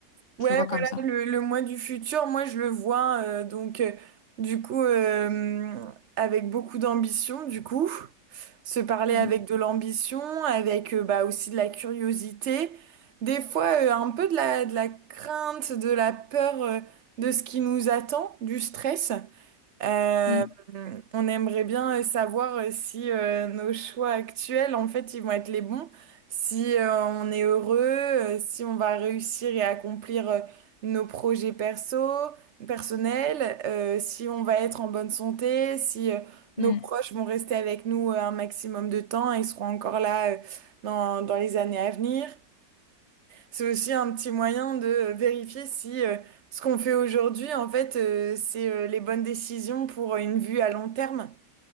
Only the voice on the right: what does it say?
Ouais,
voilà,
le, le moi du futur, moi je le vois, euh, donc euh, du coup, euh, avec beaucoup d'ambition, du coup, se parler
avec de l'ambition, avec euh, bah, aussi de la curiosité, des fois euh, un peu de la, de la crainte, de la peur euh, de ce qui nous attend, du stress. Euh,
on aimerait bien euh, savoir euh, si euh, nos choix actuels, en fait, ils vont être les bons, si euh, on est heureux, euh, si on va réussir et accomplir euh, nos projets perso, personnels, euh, si on va être en bonne santé, si euh,
nos proches vont rester avec nous euh, un maximum de temps et seront encore là euh, dans, dans les années à venir. C'est aussi un petit moyen de vérifier si euh, ce qu'on fait aujourd'hui, en fait, euh, c'est euh, les bonnes décisions pour euh, une vue à long terme.